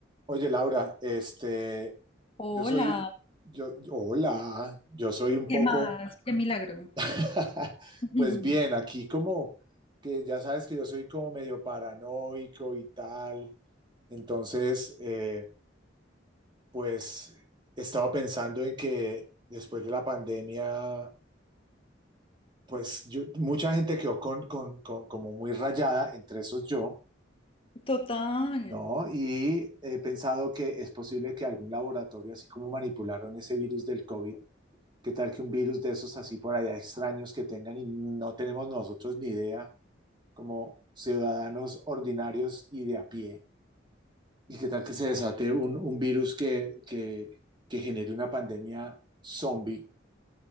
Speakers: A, on the right; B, on the left.
A: Oye, Laura, este,
B: Hola,
A: yo soy, yo, yo- hola, yo soy un
B: ¿qué
A: poco,
B: más? Qué milagro.
A: <laughs>
B: <laughs>
A: pues bien, aquí como que ya sabes que yo soy como medio paranoico y tal, entonces, eh, pues he estado pensando en que después de la pandemia, pues yo- mucha gente quedó con, con- con- como muy rayada, entre esos yo.
B: Total.
A: ¿no? Y he pensado que es posible que algún laboratorio, así como manipularon ese virus del COVID, ¿Qué tal que un virus de esos así por allá extraños que tengan y no tenemos nosotros ni idea como ciudadanos ordinarios y de a pie? ¿Y qué tal que se desate un, un virus que, que, que genere una pandemia zombie